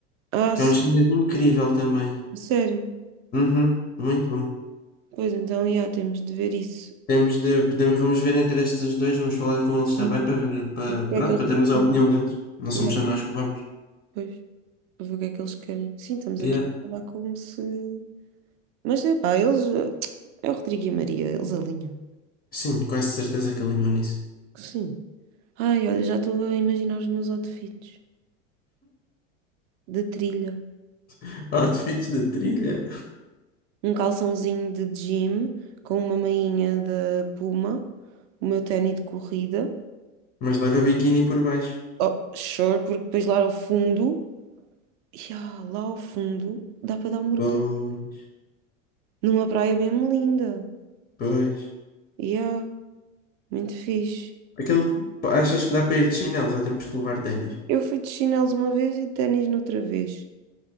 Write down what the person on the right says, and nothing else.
Ah,
sim,
sério.
Pois então, já, temos de ver isso.
Sim.
Para ver o que
é que eles
querem.
Ya,
pois, para ver o que é que eles querem. Sim, estamos
aqui a falar como se. Mas é pá, eles. eh, É o Rodrigo e a Maria, eles alinham.
Sim. Ai, olha, já estou a imaginar os meus outfits de trilha.
Um calçãozinho de gym com uma mainha da Puma, o meu ténis de corrida.
Oh, sure, porque depois lá ao fundo. Ya, lá ao fundo dá para dar um mergulho
numa praia mesmo linda.
Yeah, muito fixe.
Eu fui de chinelos uma vez e de ténis noutra vez.